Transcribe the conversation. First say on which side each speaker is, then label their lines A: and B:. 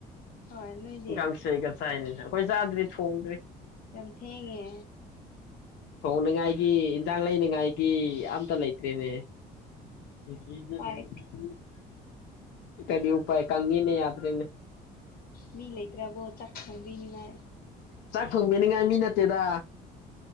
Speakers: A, on the left (about 60°); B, on the left (about 80°).
A: ꯍꯣꯏ ꯅꯣꯏ
B: ꯀꯥꯡꯁꯣꯏꯒ ꯆꯥꯏꯅꯦ ꯑꯈꯣꯏ ꯆꯥꯗ꯭ꯔꯤ ꯊꯣꯡꯗ꯭ꯔꯤ
A: ꯌꯥꯝ ꯊꯦꯡꯉꯦ
B: ꯊꯣꯡꯅꯤꯉꯥꯏꯒꯤ ꯏꯟꯖꯥꯡ ꯂꯩꯅꯤꯡꯉꯥꯏꯒꯤ ꯑꯝꯇ ꯂꯩꯇ꯭ꯔꯦꯅꯦ <unintelligible>
A: ꯇꯥꯏ
B: ꯀꯔꯤ ꯎꯄꯥꯥꯏ ꯀꯪꯉꯤꯅꯦ ꯌꯥꯗꯔꯦꯅꯦ
A: ꯃꯤ ꯂꯩꯇ꯭ꯔꯕꯣ ꯆꯥꯛ ꯊꯣꯡꯕꯤꯅꯤꯉꯥꯏ
B: ꯆꯥꯛ ꯊꯣꯡꯕꯤꯅꯤꯉꯥꯏ ꯃꯤ ꯅꯠꯇꯦꯗꯥ